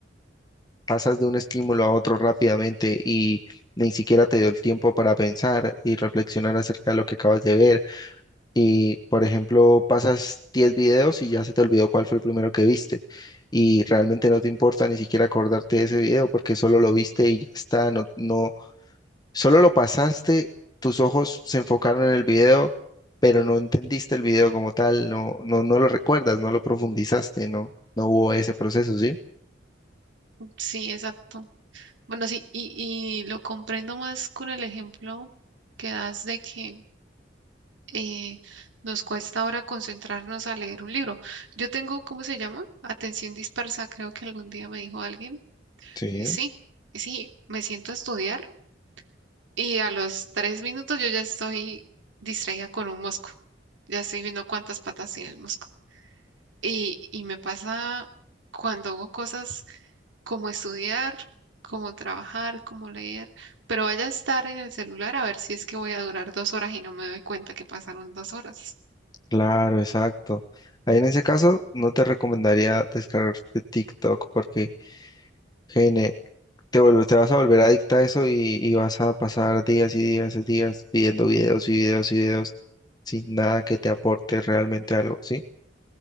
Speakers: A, on the left; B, on the right.
A: pasas de un estímulo a otro rápidamente y ni siquiera te dio el tiempo para pensar y reflexionar acerca de lo que acabas de ver Y, por ejemplo, pasas 10 videos y ya se te olvidó cuál fue el primero que viste. Y realmente no te importa ni siquiera acordarte de ese video porque solo lo viste y ya está. No, no, solo lo pasaste, tus ojos se enfocaron en el video, pero no entendiste el video como tal, no, no, no lo recuerdas, no lo profundizaste, no, no hubo ese proceso, ¿sí?
B: Sí, exacto. Bueno, sí, y, y lo comprendo más con el ejemplo que das de que eh, nos cuesta ahora concentrarnos a leer un libro. Yo tengo, ¿cómo se llama? Atención dispersa, creo que algún día me dijo alguien.
A: Sí,
B: Y sí, y sí, me siento a estudiar y a los tres minutos yo ya estoy distraída con un mosco. Ya estoy viendo cuántas patas tiene el mosco. Y, y me pasa cuando hago cosas como estudiar, como trabajar, como leer, pero vaya a estar en el celular a ver si es que voy a durar dos horas y no me doy cuenta que pasaron dos horas.
A: claro, exacto. Ahí en ese caso no te recomendaría descargarte TikTok porque gene- te vuelve- te vas a volver adicta a eso y, y vas a pasar días y días y días viendo videos y videos y videos sin nada que te aporte realmente algo, ¿sí?